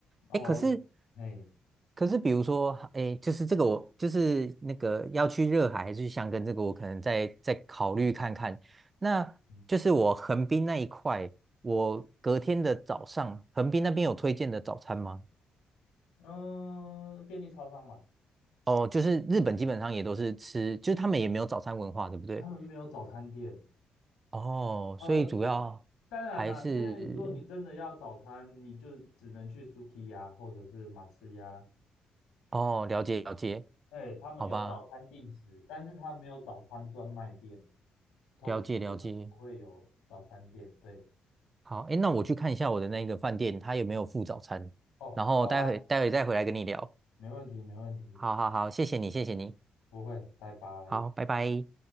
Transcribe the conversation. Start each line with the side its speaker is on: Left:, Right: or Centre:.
Left: 哦，
Right: 哎，可是
Left: 嘿，
Right: 可是比如说，哎，就是这个我就是那个要去热海还是去箱根，这个我可能再再考虑看看。那就是我横滨那一块，
Left: 嗯，
Right: 我隔天的早上，横滨那边有推荐的早餐吗？
Left: 呃便利超商嘛，
Right: 哦，就是日本基本上也都是吃，就是他们也没有早餐文化，对不对？
Left: 他们没有早餐店，
Right: 哦，
Left: 呃，
Right: 所以主要还是
Left: 当然啦，因为如果你真的要早餐，你就只能去 Suki 呀，或者是马吃呀，
Right: 哦，了解了解，
Left: 对，他们有早餐定时，
Right: 好吧，
Left: 但是他没有早餐专卖店，通日本不会有早餐店。
Right: 了解了解。
Left: 对，
Right: 好，哎，那我去看一下我的那个饭店，他有没有附早餐，
Left: 哦，
Right: 然后待会待会再回来跟你聊。
Left: 好啊，没问题，没问题，
Right: 好好好，谢谢你，谢谢你，
Left: 不会，拜拜。
Right: 好，拜拜。